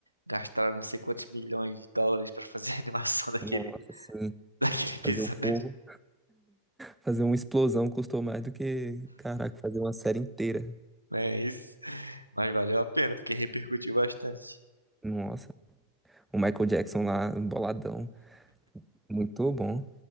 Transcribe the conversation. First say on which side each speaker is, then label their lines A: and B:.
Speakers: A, on the right (about 90°); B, in the centre.
A: gastaram não sei quantos milhões de dólares pra fazer a animação <laughs> daquele,
B: Nossa, sim.
A: daquele episódio.
B: Fazer o fogo, fazer uma explosão custou mais do que, caraca, fazer uma série inteira.
A: Né, é isso. Mas valeu a pena, porque repercutiu bastante.
B: Nossa, o Michael Jackson lá, boladão. Muito bom.